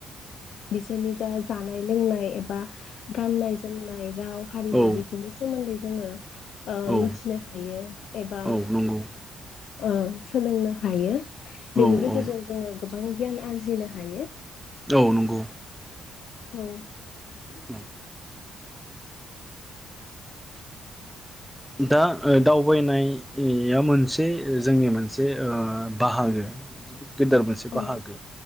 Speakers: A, on the left (about 70°); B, in the centre.
A: बिसोरनि जा जानाय लोंनाय एबा गाननाय जोमनाय राव हारिमु
B: औ
A: बे सोमोन्दै जोङो ओ
B: औ
A: मिथिनो हायो एबा
B: औ नंगौ
A: ओ सोलोंनो हायो
B: औ
A: बेनि गेजेरजों
B: औ
A: जोङो गो बां गियान आरजिनो हायो
B: औ नंगौ
A: औ
B: उम दा दावबायनाया मोनसे जोंनि मोनसे ओ बाहागो गेदेर मोनसे
A: औ
B: बाहागो